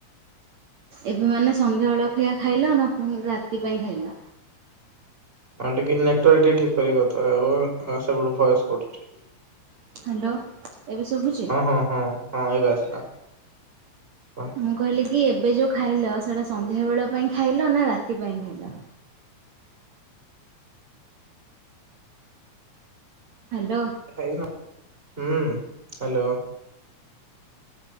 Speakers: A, on the right (about 65°); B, on the right (about 15°).
A: ଏବେ ମାନେ ସନ୍ଧ୍ୟା ବେଳଖିଆ ଖାଇଲ ନା ପୁଣି ରାତି ପାଇଁ ଖାଇଲ।
B: ହଁ ଟିକେ ନେଟୱର୍କ ଟିକେ ଠିକ୍ କରିବା କଥା ହୁଅ ସେପଟୁ ଭଏସ୍ କଟୁଛି।
A: ହାଲୋ। ଏବେ ସୁଭି
B: ଅ ହଁ ହଁ ହଁ ଏବେ ଆସିଲା। ହଁ
A: ମୁଁ କହିଲି କି ଏବେ ଯୋଉ ଖାଇଲ ସେଟା ସନ୍ଧ୍ୟା ବେଳ ପାଇଁ ଖାଇଲ ନା ରାତି ପାଇଁ ଖାଇଲ। ହାଲୋ।
B: ଖାଇବି ନା ହୁଁ ହ୍ୟାଲୋ।